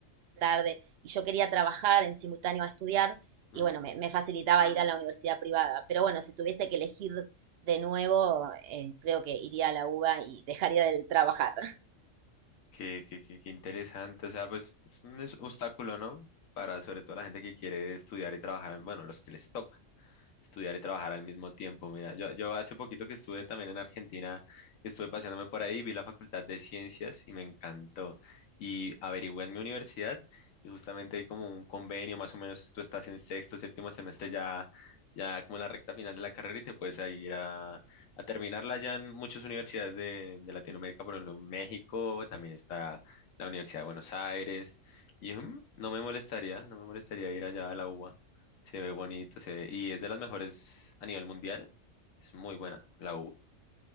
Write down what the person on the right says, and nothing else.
tarde. Y yo quería trabajar en simultáneo a estudiar y
bueno, me, me facilitaba ir a la universidad privada. Pero bueno, si tuviese que elegir de nuevo, eh, creo que iría a la uva y dejaría de trabajar.